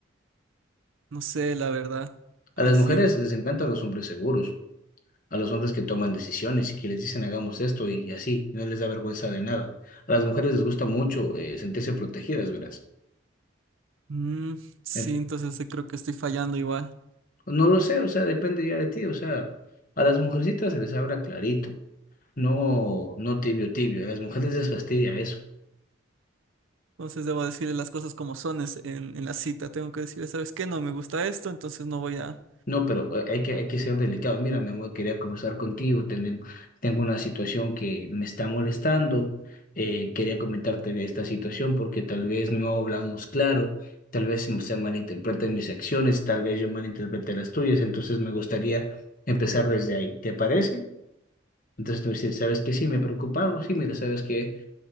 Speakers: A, on the right; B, on the left.
A: no sé, la verdad.
B: A
A: Ay,
B: las
A: sí.
B: mujeres les encantan los hombres seguros, a los hombres que toman decisiones y que les dicen hagamos esto y así, no les da vergüenza de nada. A las mujeres les gusta mucho eh, sentirse protegidas, verás.
A: Mm, sí,
B: En-
A: entonces eh, creo que estoy fallando igual.
B: no lo sé, o sea, depende ya de ti, o sea, a las mujercitas se les habla clarito, no, no tibio, tibio, a las mujeres les fastidia eso.
A: Entonces debo decirle las cosas como son es- en, en la cita. Tengo que decirle, ¿sabes qué? No me gusta esto, entonces no voy a,
B: No, pero eh, hay que, hay que ser delicado. Mira, mi amor, quería conversar contigo. Tenem- tengo una situación que me está molestando. Eh, quería comentarte de esta situación porque tal vez no hablamos claro, tal vez se malinterpreten mis acciones, tal vez yo malinterprete las tuyas. Entonces me gustaría empezar desde ahí. ¿Te parece? Entonces te voy a decir, ¿sabes qué? Sí, me preocupa algo. Sí, mira, ¿sabes que